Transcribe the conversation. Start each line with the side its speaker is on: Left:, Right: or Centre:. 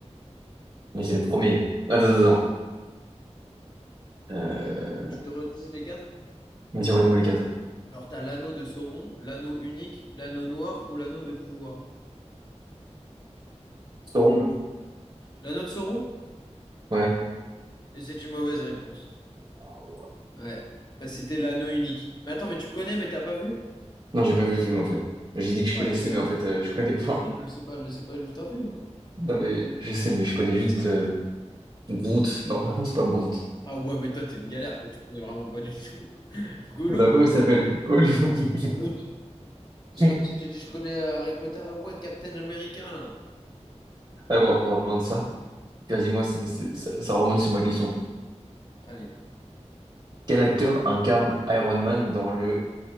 Right: Mais c'est le premier. Attends, attends, attends. Euh,
Left: Donc, je te redis les quatre.
Right: Vas-y, redis-moi les quatre.
Left: Alors, t'as l'anneau de Sauron, l'anneau unique, l'anneau noir ou l'anneau de pouvoir.
Right: Sauron, hein
Left: L'anneau de Sauron?
Right: Ouais.
Left: Et c'est une mauvaise réponse.
Right: Ah ouais.
Left: Ouais. Bah, C'était l'anneau unique. Mais attends, mais tu connais, mais t'as pas vu?
Right: Non, j'ai pas vu le film en fait. J'ai dit que je
Left: Ah,
Right: connaissais,
Left: c'est-
Right: mais en fait, euh, je connais
Left: le
Right: pas.
Left: film, c'est pas, c'est pas juste un film. hein.
Right: Non, mais je sais, mais je connais juste euh, Groot. Non, <laughs> c'est pas Groot.
Left: Ah ouais, mais toi, t'es une galère que tu connais vraiment pas du tout. <laughs> Gollum,
Right: Non, comment il s'appelle? Cool. <laughs>
Left: Groot. C'est
Right: Ouais.
Left: comme si tu dis, je connais euh, Harry Potter. Ah ouais, Captain America, là.
Right: Ah bon, en parlant de ça, dis-moi,
Left: Ouais.
Right: c'est- c'est- ça, ça remonte sur ma question.
Left: Allez.
Right: Quel acteur incarne Iron Man dans le